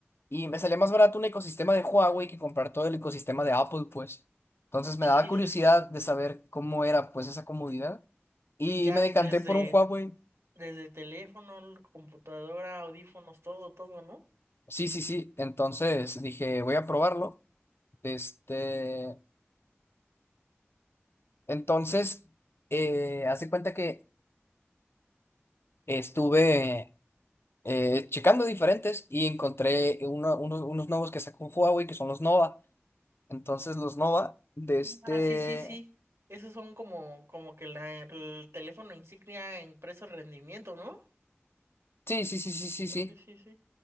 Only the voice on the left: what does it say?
y me salía más barato un ecosistema de Huawei que comprar todo el ecosistema de Apple, pues. Entonces me
daba
curiosidad
de saber cómo era, pues, esa comodidad. Y
me decanté
por un Huawei.
Sí, sí, sí. Entonces dije, voy a probarlo. Este... Entonces, eh, hace cuenta que estuve eh, checando diferentes y encontré uno- unos, unos nuevos que sacó Huawei, que son los Nova. Entonces los Nova de este...
Sí, sí, sí, sí, sí,
sí.